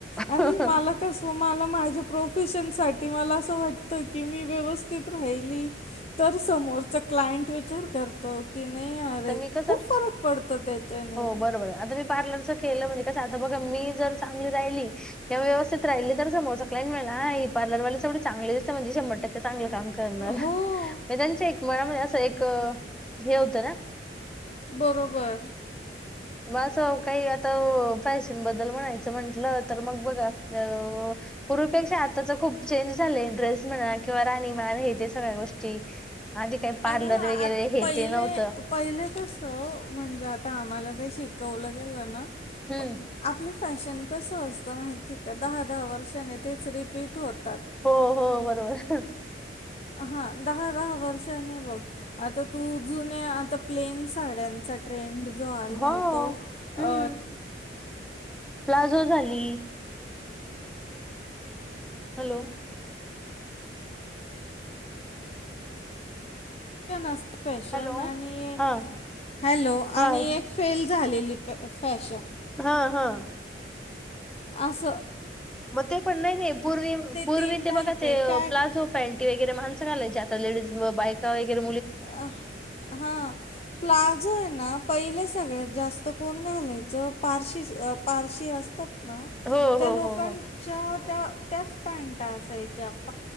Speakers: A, on the left; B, in the centre.
A: आणि
B: नाही
A: मला कस मला माझ्या प्रोफेशन साठी मला असं वाटत की मी व्यवस्थित राहिली त तर समोरचा क्लायंट विचार करतो की नाही अरे
B: ते कसं
A: खूप फरक पडतो त्याच्याने.
B: हो बरोबर आता मी पार्लरच केलं म्हणजे कस आता बघा मी जर चांगली राहिली व्यवस्थित राहिली तर समोरचा <unintelligible> बोलेल मला ही पार्लर वाली एवढी चांगली दिसते म्हजे शंभर टके चांगलं काम करणार,
A: हो
B: त्यांच्या एक मनामध्ये असं, एक हे होतं ना.
A: बरोबर.
B: माझ्यासोबत असं काही आता फॅशन बद्दल म्हणायचं म्हंटलं तर मग बघा, अ पूर्वीपेक्षा आताच खूप चेंज झालंय ड्रेस म्हणा किंवा राहणीमान हे ते सगळ्या गोष्टी. आधी काही पार्लर
A: अगं
B: वगैरे
A: आ
B: हे
A: पहिले
B: ते नव्हतं
A: पहिले कस म्हणजे आता आम्हाला ते शिक कवायला गेलं ना.
B: हम्म.
A: प आपलं फॅशन कस असतं माहिती का दहा दहा वर्षाने तेच रिपीट होतात.
B: हो -हो बरोबर.
A: हा दहा -दहा वर्ष आता तू आता जुन्या प्लेन साड्याचा ट्रेंड जो आलाय
B: हो
A: तो, अ
B: हम्म प्लाझो झाली. हॅलो.
A: फॅशन अस फॅशन
B: हॅलो
A: आणि एक,
B: हा
A: हॅलो
B: हाय
A: आणि एक फेल झालेली प फॅशन.
B: ह ह.
A: अस.
B: मग ते पण नाही नाही, पूर्वी पूर्वी
A: तीन
B: ते
A: टाईप
B: बघा ते
A: आहे फॅ
B: प्लाझो पॅन्टी वगैरे माणस घालायचे, आ ता लेडीज बायका वगैर
A: अ हा प्लाझोय ना, पहिले सगळ्यात जास्त कोण घालायचं पारशी पारशी असतात. ना
B: हो
A: त्या
B: हो
A: लोकांच्या
B: हो हो
A: त्या त्याच पॅन्टा असायच्या.